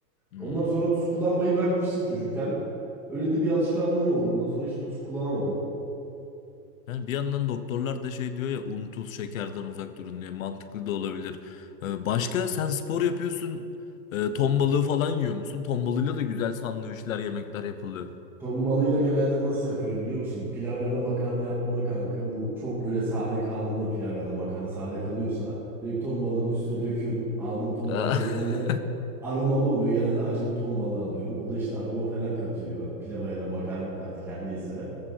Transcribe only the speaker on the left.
Hmm.
Yani bir yandan doktorlar da şey diyor ya un tuz şekerden uzak durun diye mantıklı da olabilir. Ee, başka sen spor yapıyorsun e, ton balığı falan yiyor musun? Ton balığıyla da güzel sandviçler yemekler yapılıyor.
<laughs>